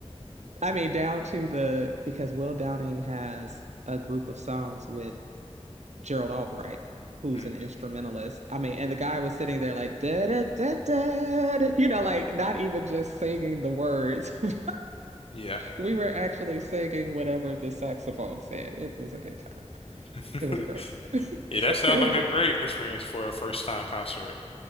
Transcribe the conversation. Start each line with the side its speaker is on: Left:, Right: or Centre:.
Right: I mean down to the because Will Downing has a group of songs with Gerald Albright who's
Left: hmm
Right: an instrumentalist. I mean, and the guy was sitting there like da da da da, you know, like not even just singing the words. <laughs>
Left: Yeah.
Right: We were actually singing whatever the saxophone said. It was a good time.
Left: <laughs>
Right: It was a great time.
Left: Yeah,
Right: <laughs>
Left: that sounds
Right: it was
Left: like a
Right: a
Left: great
Right: great time.
Left: experience for a first time concert.